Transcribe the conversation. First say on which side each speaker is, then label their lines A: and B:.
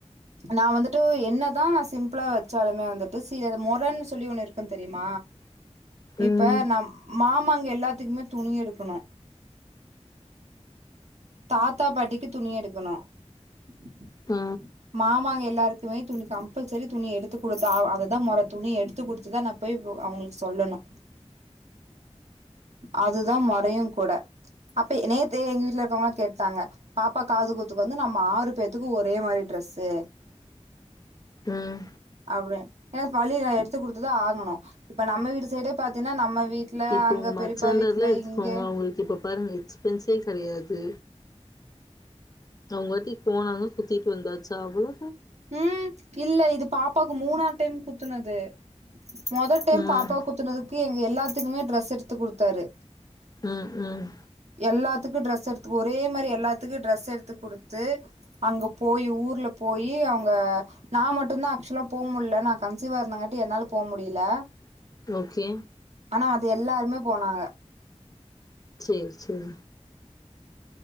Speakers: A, on the right; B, on the left.
A: நான் வந்துட்டு என்னதான் நா சிம்ப்ளா வச்சாலுமே வந்துட்டு சீர மொறன்னு சொல்லி ஒண்ணு இருக்குன் தெரியுமா இப்ப
B: ம்
A: நம் மாமா இங்க எல்லாத்துக்குமே துணி எடுக்கணும் தாத்தா பாட்டிக்கு துணி எடுக்கணும் <unintelligible>
B: ஆ
A: மாமாங்க எல்லாருக்குமே துணி கம்பல்செரி துணி எடுத்து குடுத்தா ஆவு அதுதா மொற துணி எடுத்து குடுத்துதான் நான் போயி ஒ அவங்களுக்கு சொல்லணும் அதுதா மொறையும் கூட அப்ப நேத்தே எங்க வீட்ல இருக்கவங்கலாம் கேட்டாங்க பாப்பா காது குத்துக்கு வந்து நம்ம ஆறு பேத்துக்கும் ஒரே மாரி டிரஸ்சு
B: ம்
A: அப்டி எதாச்சி வழி இல்ல எடுத்து குடுத்து தா ஆகணும் இப்ப நம்ம வீட்டு சைடே பாத்தீன்னா நம்ம வீட்ல
B: இப்ப
A: அங்க
B: உங்க மச்சாதாரல்லா
A: பெரியப்பா வீட்ல
B: எடுத்துக்குவாங்க
A: இங்க
B: அவுங்களுக்கு இப்ப பாருங்க எக்ஸ்பென்ஸே கெடையாது அவுங்கவாட்டி போனாங்க குத்திட்டு வந்தாச்சா அவ்ளோ
A: ம் இல்ல இது பாப்பாக் க்கு மூணா டைம் குத்துனது மொத டைம்
B: ம்
A: பாப்பா குத்துனதுக்குகே அவங்க எல்லாத்துக்குமே டிரஸ்ஸு எடுத்து குடுத்தாரு
B: ம் ம்
A: எல்லாத்துக்கும் ட்ரெஸ் எடுத்து ஒரே மாரி எல்லாத்துக்கும் ட்ரெஸ் எடுத்து குடுத்து அங்க போயி ஊர்ல போயி அவுங்க நான் மட்டுதான் ஆக்சுவலா போ முல்ல நான் கன்சீவா இருந்தங்காட்டி என்னால போ முடியல
B: ஓகே
A: ஆனா அது எல்லாரு மே போனாங்க
B: செரி செரி